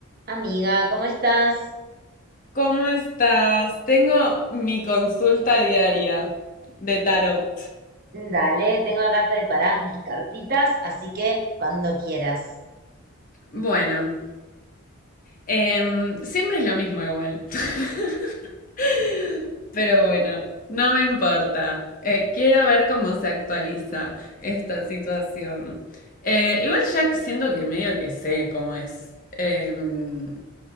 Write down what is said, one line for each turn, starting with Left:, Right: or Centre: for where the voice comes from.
Right: Amiga, ¿cómo estás?
Left: ¿Cómo estás? Tengo mi consulta diaria de tarot.
Right: Dale, tengo acá preparadas mis cartitas, así que cuando quieras.
Left: Bueno, Em, siempre es lo mismo igual. <laughs> Pero bueno, no me importa. Eh, quiero ver cómo se actualiza esta situación. Eh, igual ya siento que medio que sé cómo es. Em,